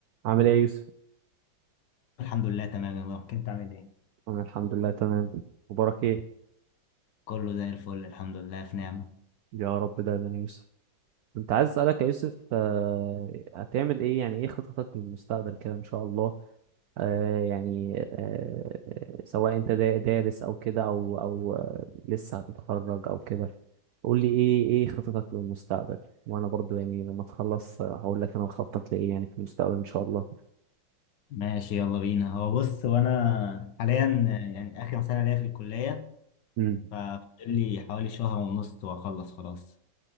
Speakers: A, on the right (about 85°); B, on the left (about 70°).
A: عامل ايه يا يوسف؟
B: الحمد لله تمام يا مروان كنت عامل ايه
A: أنا الحمد لله تمام مبارك ايه؟
B: كله زي الفل الحمد لله في نعمة
A: يا رب دايما يا يوسف كنت عايز اسألك يا يوسف آه، هتعمل ايه يعني ايه خططك للمستقبل كده ان شاء الله آه، يعني آه، سواء انت دا- دارس او كده او او آه، لسه هتتخرج او كده قول لي ايه ايه خططك للمستقبل وانا برضو يعني لما تخلص آه، هقول لك انا مخطط لايه يعني في المستقبل ان شاء الله
B: ماشي يلا بينا هو بص وانا حاليا يعني اخر سنة ليا في الكلية
A: امم
B: ففاضل لي حوالي شهر ونص واخلص خلاص